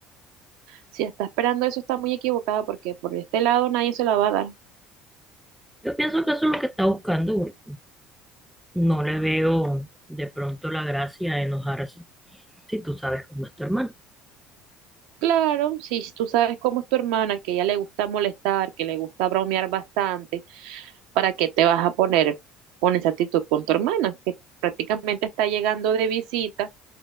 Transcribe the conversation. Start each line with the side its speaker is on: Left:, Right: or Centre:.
Right: si está esperando eso está muy equivocada, porque por este lado nadie se la va a dar.
Centre: Yo pienso que eso es lo que está buscando. porque No le veo de pronto la gracia de enojarse si tú sabes cómo es tu hermano.
Right: Claro, si tú sabes cómo es tu hermana, que a ella le gusta molestar, que le gusta bromear bastante, ¿para qué te vas a poner con esa actitud con tu hermana, que prácticamente está llegando de visita?